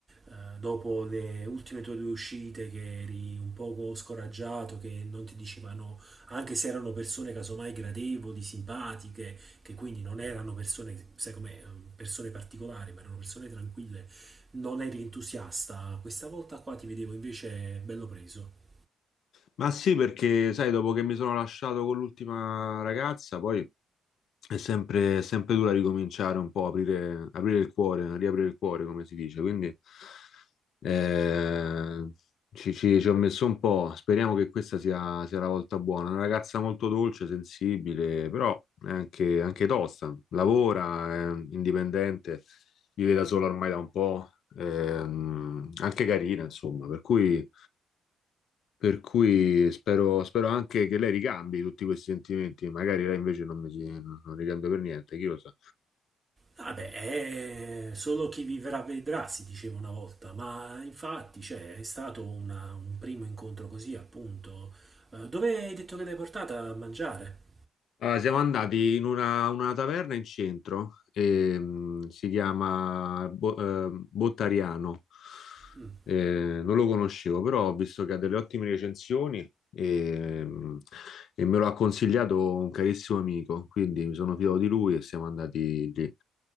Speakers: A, on the right; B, on the left.
A: eh, dopo le ultime tue due uscite che eri un poco scoraggiato, che non ti dicevano, anche se erano persone casomai gradevoli, simpatiche, che quindi non erano persone, sai com'è, ehm, persone particolari, ma erano persone tranquille, non eri entusiasta. Questa volta qua ti vedevo invece bello preso.
B: Ma sì, perché sai, dopo che mi sono lasciato con l'ultima ragazza, poi è sempre, è sempre dura ricominciare un po', aprire, aprire il cuore, riaprire il cuore, come si dice. Quindi eh, ci, ci- ci ho messo un po'. Speriamo che questa sia, sia la volta buona. Una ragazza molto dolce, sensibile, però è anche, anche tosta. Lavora, è indipendente, vive da sola ormai da un po', ehm, anche carina, insomma, per cui. Per cui spero, spero anche che lei ricambi tutti questi sentimenti, magari lei invece non, mi si- non ricambia per niente, chi lo sa.
A: Vabbè, è solo chi vivrà vedrà, si diceva una volta, ma infatti, cioè, è stato una- un primo incontro così, appunto. Eh, dove hai detto che l'hai portata a mangiare?
B: Allora, siamo andati in una, una taverna in centro, ehm, si chiama Bo- ehm, Bottariano,
A: Mm.
B: Eh, non lo conoscevo, però ho visto che ha delle ottime recensioni ehm, e, me lo ha consigliato un carissimo amico, quindi mi sono fidato di lui e siamo andati lì.